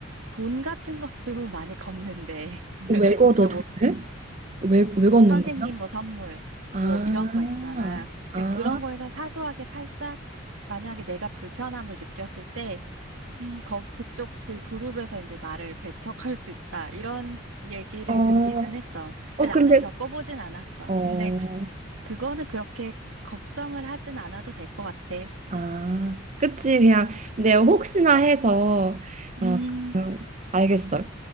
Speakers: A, on the right (about 85°); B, on the right (about 35°).
A: 돈 같은 것도 <laughs> 많이 걷는데 <laughs>
B: 왜 걷어 돈을?
A: 뭐
B: 왜, 왜 걷는
A: 선생님
B: 거야?
A: 뭐 선물
B: 아,
A: 뭐 이런 거 있잖아.
B: 아,
A: 그러니까 그런 거에서 사소하게 살짝 만약에 내가 불편함을 느꼈을 때 음, 거, 그쪽 그 그룹에서 이제 나를 배척할 수 있다. 이런 얘기를
B: 어,
A: 듣기는 했어.
B: 어,
A: 근데
B: 근데,
A: 나는 겪어보진 않았어.
B: 어,
A: 근데 그거는 그렇게 걱정을 하진 않아도 될 것 같아.
B: 아, 그치, 그냥, 근데 혹시나 해서, 어,
A: 음,
B: 그냥 알겠어.